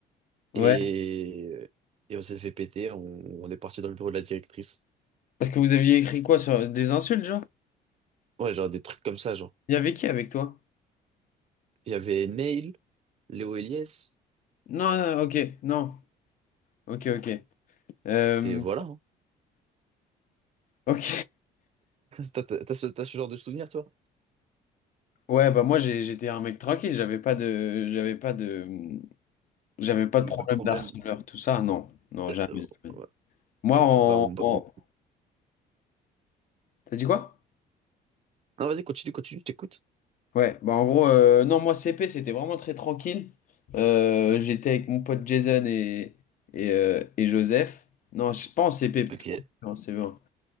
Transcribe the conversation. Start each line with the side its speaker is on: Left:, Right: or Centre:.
Left: Ouais.
Right: Et, et on s'est fait péter. On, on est parti dans le bureau de la directrice.
Left: Parce que vous aviez écrit quoi sur des insultes, genre?
Right: Ouais, genre des trucs comme ça, genre.
Left: Il y avait qui avec toi?
Right: Il y avait Neil, Léo Eliès,
Left: Non, ok, non. Ok, ok. Euh,
Right: et voilà. hein.
Left: Ok.
Right: Toi, T'as t'as ce, t'as ce genre de souvenir, toi?
Left: Ouais, bah moi j'ai- j'étais un mec tranquille, j'avais pas de j'avais pas de j'avais pas
Right: T'avais
Left: de problème
Right: pas de problème?
Left: d'harceleur, tout ça, non. Non,
Right: Euh,
Left: jamais, jamais.
Right: ouais.
Left: Moi en,
Right: Bah, on- bah,
Left: en-
Right: on-
Left: T'as dit quoi?
Right: Non, vas-y, continue, continue, je t'écoute.
Left: Ouais, bah en gros, euh, non, moi CP c'était vraiment très tranquille. Euh, j'étais avec mon pote Jason et, et, euh, et Joseph. Non, je pense CP, peut-être
Right: Ok. Et
Left: pas en CE1.